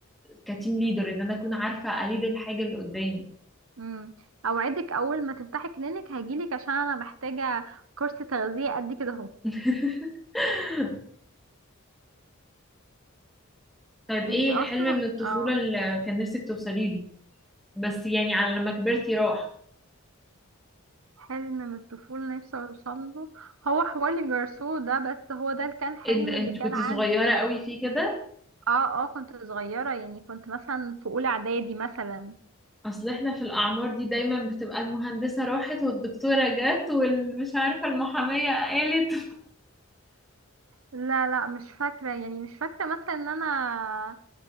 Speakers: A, in the centre; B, on the right.
A: كتيم ليدر ان انا اكون عارفه اليد الحاجه اللي قدامي
B: امم اوعدك اول ما تفتحي كلينك هجيلك عشان انا محتاجه كورس تغذيه قد كده اهو
A: <laughs> طيب ايه
B: انت اصلا
A: حلم من الطفوله
B: اه
A: اللي كان نفسك توصلي له بس يعني على لما كبرتي راح
B: حلم من الطفولة نفسي اوصل له هو حوار الجرسو ده بس هو ده اللي كان حلم
A: إيه ده،
B: اللي
A: انت
B: كان
A: كنتي
B: عندي
A: صغيره قوي فيه كده
B: اه اه كنت صغيرة يعني كنت مثلا في اولى اعدادي مثلا
A: اصل احنا في الاعمار دي دايما بتبقى المهندسة راحت والدكتورة جت والمش عارفة المحامية قالت
B: لا لا مش فاكرة يعني مش فاكرة مثلا ان انا